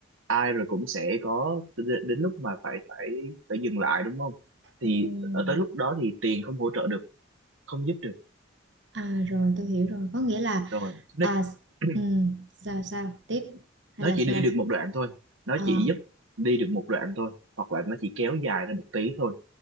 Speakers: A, on the right; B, on the right.
A: ai rồi cũng sẽ có đ- đến lúc mà phải phải phải dừng lại đúng không thì
B: Ừm,
A: ở tới lúc đó thì tiền không hỗ trợ được không giúp được
B: À rồi tôi hiểu rồi có nghĩa là
A: rồi nó
B: à
A: <clears throat>
B: ừm, sao sao tiếp hay
A: nó
B: là
A: chỉ
B: sao
A: đi được một đoạn thôi nó
B: Ờ,
A: chỉ giúp đi được một đoạn thôi hoặc là nó chỉ kéo dài ra một tí thôi